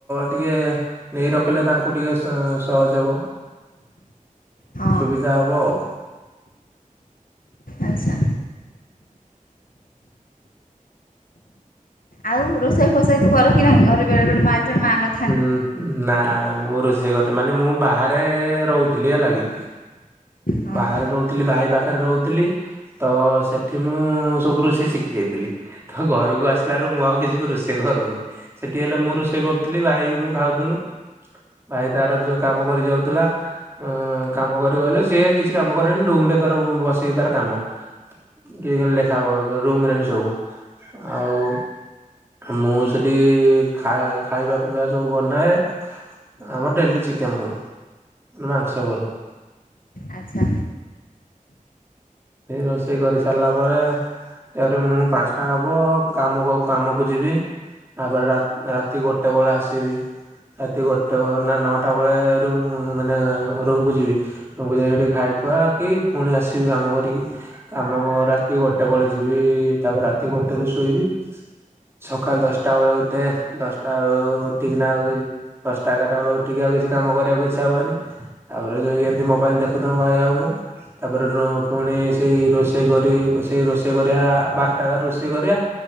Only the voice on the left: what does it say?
ହଁ
ଆଚ୍ଛା ଆଉ ରୋଷେଇ ଫୋସାଇ ତୁ କରୁ କି ନାହିଁ ଘରେ ବେଳେବେଳେ ମା ଥିଲେ ମା ନ।
ହଁ
ଆଚ୍ଛା